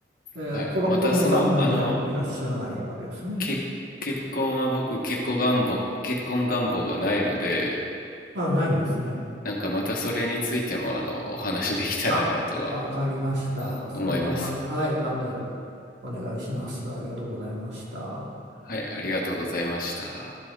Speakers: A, on the right; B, on the left.
A: えー、
B: はい。
A: この子供さんもじゃあいらっしゃらないわけですね。
B: また、その、あの、結婚は僕、結婚願望、結婚願望がないので、
A: ああ、ないんですね。
B: なんかまたそれについても、あの、お話できたらなとは
A: あ、わかりました。
B: 思います。
A: それじゃあ、ま、はい、またお願いします。ありがとうございました。
B: はい、ありがとうございました。